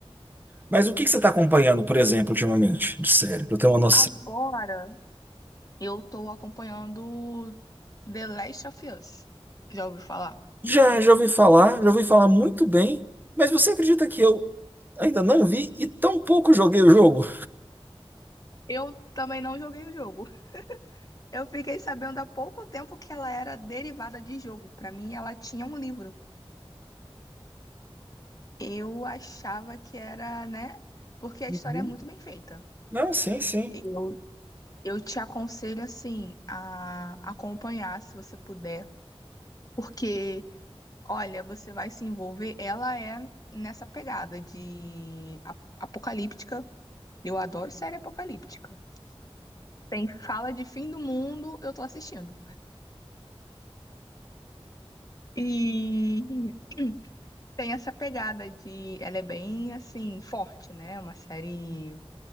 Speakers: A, on the right; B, on the left.
A: Mas o que que você está acompanhando, por exemplo, ultimamente, de série, para eu ter uma noção?
B: Agora eu tô acompanhando The Last of Us. Já ouviu falar?
A: Já, já ouvi falar, já ouvi falar muito bem, mas você acredita que eu ainda não vi e tão pouco joguei o jogo?
B: Eu também não joguei o jogo. Eu fiquei sabendo há pouco tempo que ela era derivada de jogo. Pra mim, ela tinha um livro. Eu achava que era, né? Porque a
A: Uhum.
B: história é muito bem feita.
A: Não, sim, sim.
B: Eu, eu te aconselho, assim, a acompanhar, se você puder. Porque, olha, você vai se envolver. Ela é nessa pegada de a- apocalíptica. Eu adoro série apocalíptica. Tem fala de fim do mundo, eu tô assistindo. E tem essa pegada de. Ela é bem, assim, forte, né? É Uma série.